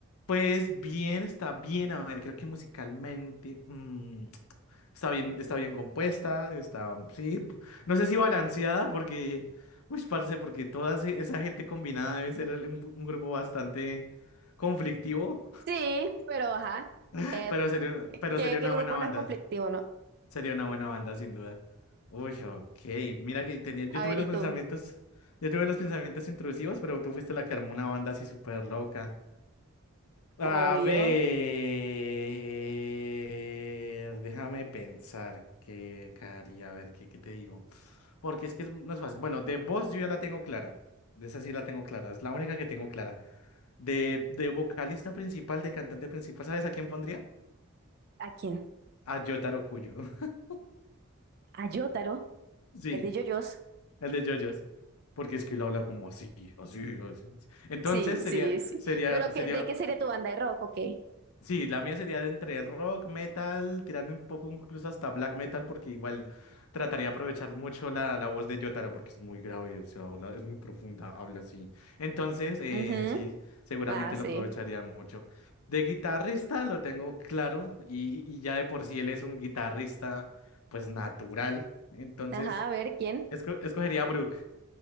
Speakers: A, on the left (about 85°); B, on the right (about 45°).
A: Pues bien, está bien, a ver, creo que musicalmente mm, está bien, está bien compuesta, está, mm, sí, b- no sé si balanceada porque, uy, parce, porque toda ese- esa gente combinada debe ser el- un, un grupo bastante conflictivo,
B: Sí, pero ajá.
A: <laughs>
B: eh,
A: pero sería, pero
B: ¿Qué,
A: sería
B: qué
A: una
B: grupo
A: buena banda,
B: no es conflictivo, no?
A: sería una buena banda sin duda. Uy, ok, mira que tenía, yo
B: A
A: tuve
B: ver,
A: los
B: ¿y tú?
A: pensamientos, yo tuve los pensamientos intrusivos, pero tú fuiste la que armó una banda así súper loca. A
B: Obvio.
A: ver, déjame pensar qué qué haría, a ver qué, qué te digo. Porque es que es- no es fácil. Bueno, de voz yo ya la tengo clara. De esa sí la tengo clara. Es la única que tengo clara. De, de vocalista principal, de cantante principal, ¿sabes a quién pondría?
B: ¿A quién?
A: A Yotaro Kuyo. <laughs>
B: A Yotaro,
A: Sí,
B: el de JoJo's.
A: el de JoJo's. Porque es que él habla como así, así, así. Entonces
B: Sí, sí,
A: sería,
B: sí.
A: sería,
B: ¿Pero qué,
A: sería.
B: de qué sería tu banda de rock o qué?
A: Sí, la mía sería de entre rock, metal, tirando un poco incluso hasta black metal, porque igual trataría de aprovechar mucho la, la voz de Jotaro, porque es muy grave, o sea, habla- es muy profunda, habla así. Entonces, eh,
B: Ujú.
A: sí, seguramente
B: Ah, sí.
A: lo aprovecharía mucho. De guitarrista lo tengo claro, y, y ya de por sí él es un guitarrista, pues natural. Entonces,
B: Ajá, a ver, ¿quién?
A: esco- escogería a Brook,